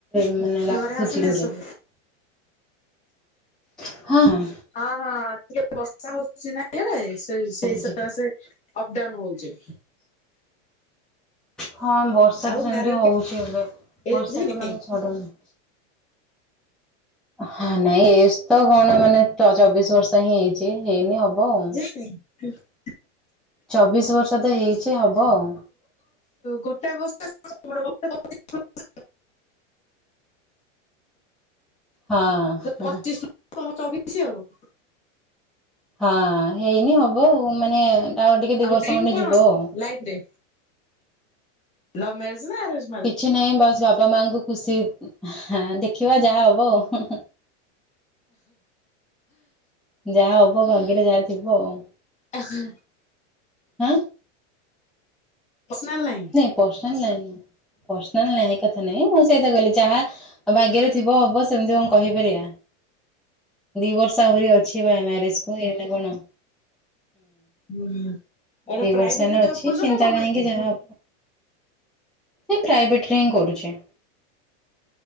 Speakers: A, in the centre; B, on the left.
A: ମାନେ ରାଖୁଛି
B: ଘରେ ହାପିନେସ୍
A: ମୁଁ ଟିକେ
B: ସବୁ?
A: ହଁ ହଁ।
B: ହଁ ହଁ ଟିକେ ବର୍ଷା ହଉଛି ନା ଇଆଡେ ସେ
A: ସବୁକିଛି
B: ସେଇସକାଶେ
A: ଠିକ୍।
B: ଅପ ଡାଉନ୍ ହଉଛି।
A: ହଁ ବର୍ଷା
B: ଆଉ
A: ତ ସେମିତି
B: ମ୍ୟାରେଡ
A: ହଉଛି ଏବେ
B: ଏଜ
A: ବର୍ଷା
B: ହେଇନି
A: ମାନେ ଚ୍ଛାଡୁନ। ହଁ ନାଇଁ ଏଜ ତ କଣ ମାନେ ଚବିଶ ବର୍ଷ ହିଁ ହେଇଛି ହେଇନି ହବ ଆଉ।
B: ଆଜ <unintelligible>
A: ଚବିଶ ବର୍ଷ ତ ହେଇଛି ହବ ଆଉ।
B: ଗୋଟେ ବର୍ଷ ବଷ <unintelligible>
A: ହଁ।
B: ପଚିଶ ଚବିଶ ଆଉ <unintelligible>
A: ହଁ ହେଇନି ହବ ଆଉ ମାନେ ଟାୱାର ଟିକେ ଦିଇ
B: ଆଉ
A: ବର୍ଷ
B: ଡ୍ରିମ୍
A: ଖଣ୍ଡେ
B: କଣ
A: ଯିବ
B: ଅଛି
A: ଆଉ।
B: ଲାଇଫ ରେ ଲଭ୍ ମରେଜ ନା ଅରେଞ୍ଜ?
A: କିଛି ନାହିଁ ବାସ୍ ବାପା ମାଙ୍କୁ ଖୁସି ଦେଖିବା ଯାହା ହବ ଆଉ। ଯାହା ହବ ଭାଗ୍ୟରେ ଯାହା ଥିବ ଆଉ।
B: ଆହା
A: ଏଁ।
B: ପର୍ସନାଲ ନାଇ।
A: <unintelligible> ଭାଗ୍ୟରେ ଥିବ ହବ ସେମିତି କଣ କହିପାରିବା ଦି ବର୍ଷ ଆହୁରି ଅଛି ଭ ମ୍ୟାରେଜ କ କଣ ହୁଁ।
B: ହୁଁ। ଏଇଟା
A: ଦେବସ୍ନାନ
B: ପ୍ରାଇଭେଟରେ ଜବ୍
A: ଅଛି
B: କରୁଛ
A: ଚିନ୍ତା
B: ନା ଗମେଣ୍ଟରେ?
A: କାହିଁକି ଯାହା ଏଁ ପ୍ରାଇଭେଟ୍ରେ ହିଁ କରୁଛେ।